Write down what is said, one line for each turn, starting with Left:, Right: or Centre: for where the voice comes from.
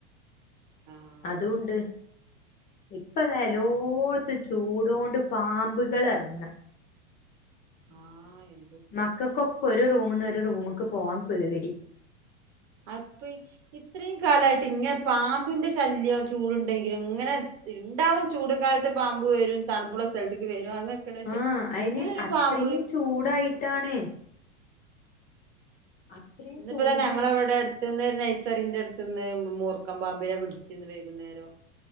Right: ആഹ്
Left: അതൂണ്ട്. ഇപ്പൊതാ എല്ലോട്ത്തും ചൂടോണ്ട് പാമ്പുകളെറങ്ങ.
Right: ആഹ് എ
Left: മക്കക്കൊക്കെ ഒരു റൂമിന്ന് ഒരു റൂമ്ക്ക് പോവാൻ പേടി.
Right: അഹ് ഇപ്പ ഇത്രയും കാലായിട്ട് ഇങ്ങനെ പാമ്പിന്റെ ശല്യം ചൂടുണ്ടെങ്കിലും ഇങ്ങനെ ഇണ്ടാവും ചൂട് കാലത്ത് പാമ്പ് വരും തണുപ്പുള്ള സ്ഥലത്ത്ക്ക് വരും അങ്ങനെത്തെ പക്ഷെ
Left: ആഹ് അയിന്
Right: ഇങ്ങനെ ഒരു
Left: അത്രയും
Right: പാമ്പ്
Left: ചൂടായിട്ടാണ്. അത്രയും
Right: ഇന്നിപ്പതാ
Left: ചൂടായി
Right: ഞങ്ങളെവിടെ അട് ത്ത്ന്ന് നെയ്സറിന്റെ അടുത്ത്ന്ന് മൂർക്കം പാമ്പിനെ പിടിച്ചിന്ന് വൈകുന്നേരം.